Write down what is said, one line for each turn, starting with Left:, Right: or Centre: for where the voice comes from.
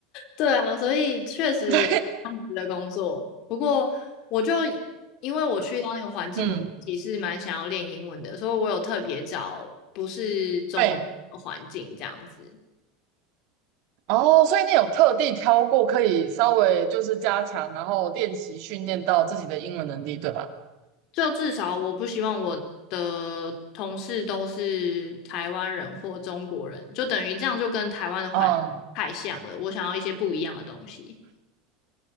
Left: 对啊，所以确实有这样子的工作。
Right: <laughs> 对，
Left: 不过，我就因为我去到那个环境，
Right: 嗯，
Left: 我自己是蛮想要练英文的，所以我有特别找不是中文的环境这样子。
Right: 对。哦，所以你有特地挑过可以稍微就是加强，然后练习训练到自己的英文能力，对吧？
Left: 就至少我不希望我的同事都是台湾人或中国人，就等于这样就跟台湾的环太像了。
Right: 嗯，
Left: 我想要一些不一样的东西。